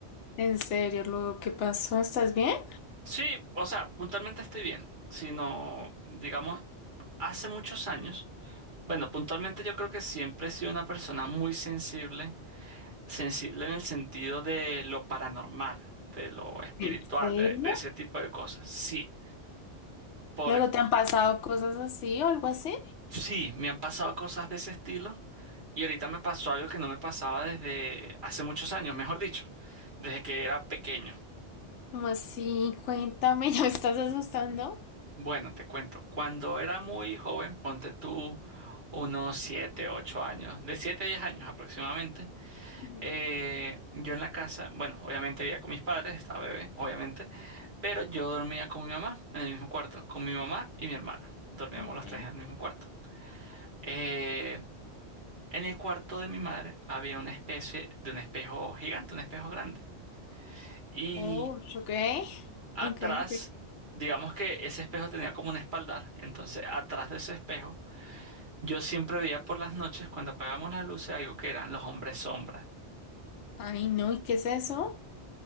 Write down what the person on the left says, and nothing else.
¿En serio, luego qué pasó? ¿Estás bien?
¿En serio?
¿Luego te han pasado cosas así o algo así?
¿Cómo así? Cuéntame, <laughs> ¿ya me estás asustando?
Ujú,
Ok.
Oh, ok.
Ok, ok.
Ay, no, ¿y qué es eso?